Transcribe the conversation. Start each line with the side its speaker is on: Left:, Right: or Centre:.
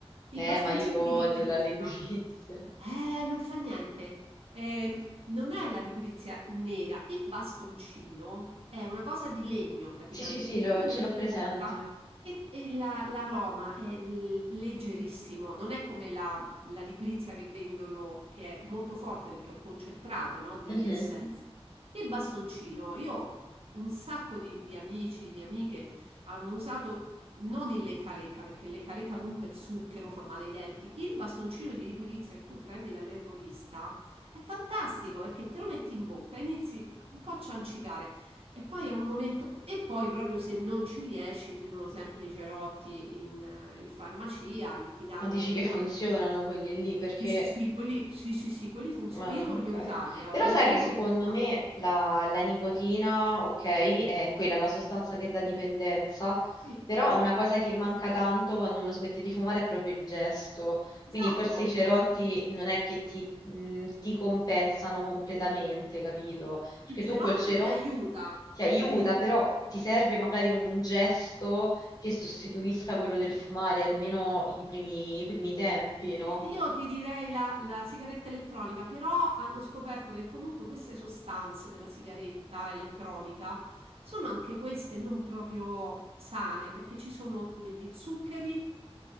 Right: I
Left: Eh,
Right: bastoncini
Left: ma io odio
Right: di liquidizia
Left: la <laughs> liquirizia.
Right: eh, non fa niente. Ehm, non è la liquirizia nera, il bastoncino è una cosa di legno praticamente
Left: Sì, sì, sì,
Right: che
Left: lo-
Right: Sì, tu sì,
Left: ce
Right: metti
Left: l'ho
Right: sì.
Left: presente.
Right: in bocca e, e la- l'aroma è l- leggerissimo, non è come la, la liquirizia che vendono, che è molto forte perché è un concentrato, no, di
Left: Mhm.
Right: essenza. Il bastoncino, io un sacco di, di amici, di amiche hanno usato non il lecca-lecca, perché il lecca-lecca comunque è zucchero, fa male ai denti. Il bastoncino di liquidizia che tu prendi dall'erborista è fantastico perché te lo metti in bocca, inizi un po' a ciancicare e poi è un momento. E poi, proprio se non ci riesci, ci sono sempre i cerotti in, eh, in farmacia che ti danno
Left: Ma dici
Right: quella.
Left: che funzionano quelli lì? Perché
Right: Sì, sì, sì, quelli, sì, sì, sì, quelli funzionano.
Left: Ah,
Right: Io
Left: ok.
Right: non li ho usati, eh, ho
Left: Però
Right: un
Left: sai
Right: amico
Left: che secondo
Right: che l'ha fatto.
Left: me la, la nicotina, ok, è quella la sostanza che dà dipendenza,
Right: Sì,
Left: però una cosa che manca tanto quando uno smette di fumare è proprio il gesto. Quindi
Right: esatto.
Left: forse i cerotti non è che ti, mh, ti compensano completamente, capito? Perché
Right: Il cerotto
Left: tu col cerotto
Right: ti aiuta,
Left: ti aiuta,
Right: ti aiuta.
Left: però ti serve magari un gesto che sostituisca quello del fumare, almeno i primi, i primi tempi, no?
Right: Eh, Io ti direi la, la sigaretta elettronica, però hanno scoperto che comunque queste sostanze della sigaretta elettronica sono anche queste non proprio sane, perché ci sono degli zuccheri,